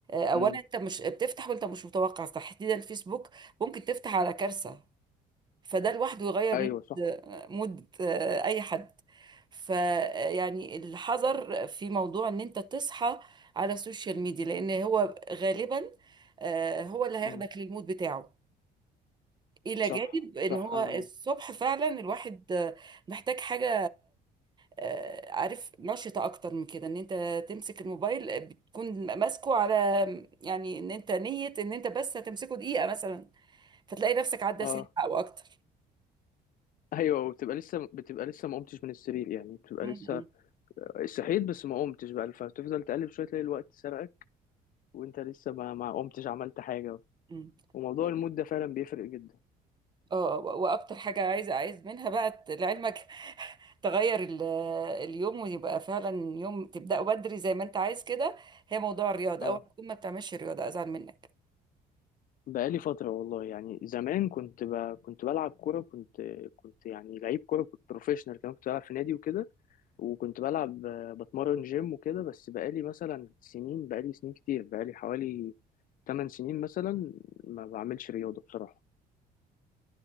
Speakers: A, on the right; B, on the left.
A: أولا
B: امم
A: أنت مش بتفتح وأنت مش متوقع تحديدا فيسبوك ممكن تفتح على كارثة فده لوحده يغير
B: ايوه
A: مود
B: صح
A: مود آه، أي حد فيعني الحذر في موضوع إن أنت تصحى على السوشيال ميديا لأن هو غالبا آه، هو اللي هياخدك
B: امم
A: للمود بتاعه الى
B: صح
A: جانب ان
B: صح
A: هو
B: انا
A: الصبح فعلا الواحد آه، محتاج حاجه آه، عارف نشطه اكتر من كده ان انت تمسك الموبايل آه، بتكون ماسكه على يعني ان انت نيه ان انت بس هتمسكه دقيقه مثلا فتلاقي نفسك عدى
B: اه
A: ساعه او اكتر
B: ايوه وبتبقى لسه بتبقى لسه ما قمتش من السرير يعني بتبقى
A: م-
B: لسه
A: م-
B: صحيت بس ما قمتش بقى فتفضل تقلب شويه تلاقي الوقت سرقك وانت لسه ما ما قمتش عملت حاجة
A: م.
B: وموضوع المود ده فعلا بيفرق جدا
A: اه و- واكتر حاجه عايزه عايز منها بقى ت- لعلمك تغير ال- اليوم ويبقى فعلا يوم تبداه بدري زي ما انت عايز كده هي موضوع الرياضه
B: اه
A: او تكون ما بتعملش رياضه ازعل منك
B: بقالي فترة والله يعني زمان كنت ب... كنت بلعب كورة كنت كنت يعني لعيب كورة كنت بروفيشنال كمان كنت بلعب في نادي وكده وكنت بلعب آه، بتمرن جيم وكده بس بقالي مثلا سنين بقالي سنين كتير بقالي حوالي 8 سنين مثلا ما بعملش رياضة بصراحة